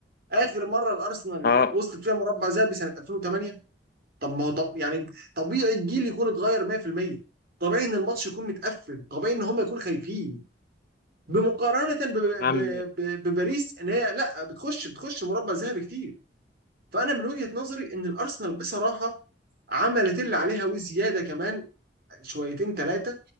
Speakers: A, on the right (about 55°); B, on the left (about 55°).
A: اخر مره الارسنال
B: اه
A: وصلت فيها مربع ذهبي سنه 2008 طب ما هو طب يعني طبيعي الجيل يكون اتغير 100% طبيعي ان الماتش يكون متقفل طبيعي ان هم يكونوا خايفين بمقارنة ب-
B: يا عم
A: ب- ب- بباريس ان هي لا بتخش بتخش مربع ذهبي كتير فانا من وجهة نظري ان الارسنال بصراحة عملت اللي عليها وزيادة كمان شويتين ثلاثة